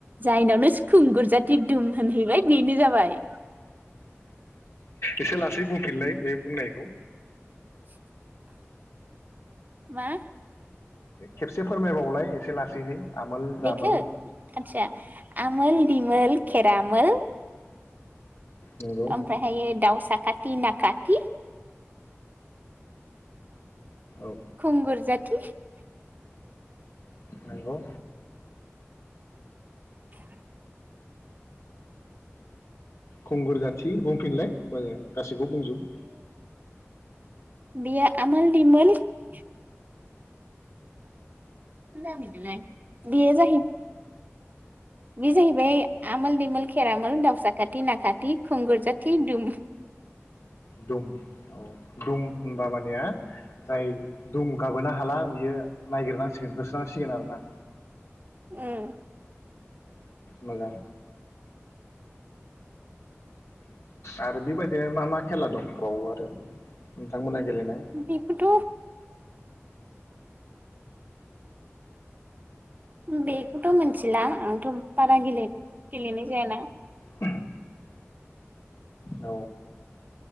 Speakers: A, on the right; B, on the left.
A: जायनावनोस खुंगुरजाथि दुम होनहै है बिनो जाबाय।
B: एसे लासै बुंफिनलाय बे बुंनायखौ।
A: <inaudible> मा?
B: खेबसे फोरमायबावलाय एसे लासैहै। आमोल दामोल
A: बेखो आतसा आमोल दिमोल केेरामोल
B: नंगौ
A: ओमफ्रायहायो दाउ साखाथि नाखाथि
B: औ
A: खुंगुर जाथि
B: नंगौ
A: <inaudible>
B: खुंगुर जाथि बुंफिनलाय मो गासैखौबो बुंजोब।
A: बियो आमोल दिमोल <unintelligible> बियो जा बेयो जाहैबाय आमोल दिमोल खेरामोल दाउसाखथि नाखाथि खुंगुर जाथि दुम।
B: दुम औ दुम होनबा मानेया जाय दुम गाबोनो हा बियो नायगिरनांसिगोन हो जासिगोन आरोना
A: उम्म
B: मोजां आरो बेबायदिनो मा मा खेला दं बावो आरो? नोंथांमोनना गेले नाय
A: बेखौथ' बेखौथ मिथिला आंथ बारा गे गेलेनाय जायना
B: <inaudible> औ